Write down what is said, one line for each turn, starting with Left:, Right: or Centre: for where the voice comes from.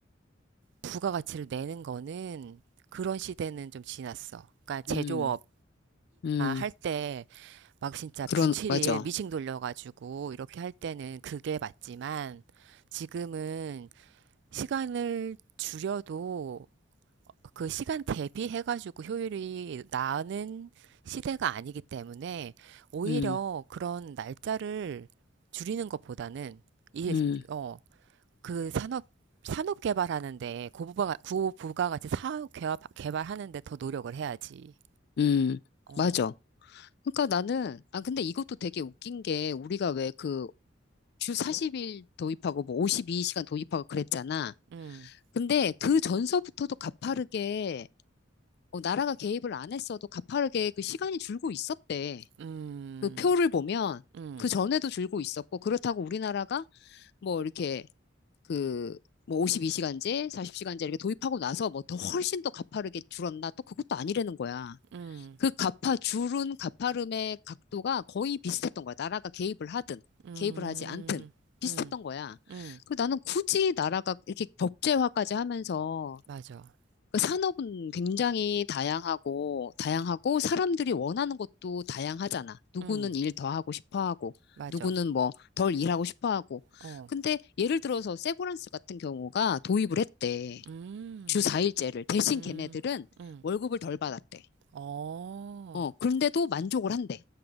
Right: 부가가치를 내는 거는 그런 시대는 좀 지났어. 그러니까 제조업이나
Left: 음, 음.
Right: 할때 막 진짜
Left: 그런
Right: 주 7일
Left: 맞아.
Right: 미싱 돌려가지고 이렇게 할 때는 그게 맞지만 지금은 시간을 줄여도 그 시간 대비해가지고 효율이 나는 시대가 아니기 때문에 오히려
Left: 음,
Right: 그런 날짜를 줄이는 것보다는 이,
Left: 음.
Right: 어, 그 산업, 산업 개발하는데 고부가, 고부가 같이 사업 개발, 개발하는데 더 노력을 해야지.
Left: 음,
Right: 어,
Left: 맞아. 그러니까 나는, 아, 근데 이것도 되게 웃긴 게, 우리가 왜 그 주 40일 도입하고 뭐 52시간 도입하고 그랬잖아.
Right: 음,
Left: 근데 그 전서부터도 가파르게, 어, 나라가 개입을 안 했어도 가파르게 그 시간이 줄고 있었대.
Right: 음,
Left: 그 표를 보면,
Right: 음,
Left: 그 전에도 줄고 있었고, 그렇다고 우리나라가 뭐 이렇게 그, 뭐 52시간제, 40시간제 이렇게 도입하고 나서 뭐 더 훨씬 더 가파르게 줄었나? 또 그것도 아니라는 거야.
Right: 음.
Left: 그 가파, 줄은 가파름의 각도가 거의 비슷했던 거야. 나라가 개입을 하든,
Right: 음.
Left: 개입을 하지 않든, 비슷했던
Right: 음.
Left: 거야.
Right: 음.
Left: 그 나는 굳이 나라가 이렇게 법제화까지 하면서,
Right: 맞아.
Left: 그 산업은 굉장히 다양하고, 다양하고, 사람들이 원하는 것도 다양하잖아. 누구는
Right: 음.
Left: 일 더 하고 싶어 하고,
Right: 맞아.
Left: 누구는 뭐 덜 일하고 싶어 하고.
Right: 어.
Left: 근데 예를 들어서 세브란스 같은 경우가 도입을 했대.
Right: 음.
Left: 주 4일제를. 대신
Right: 음.
Left: 걔네들은
Right: 음.
Left: 월급을 덜 받았대.
Right: 어.
Left: 어, 그런데도 만족을 한대.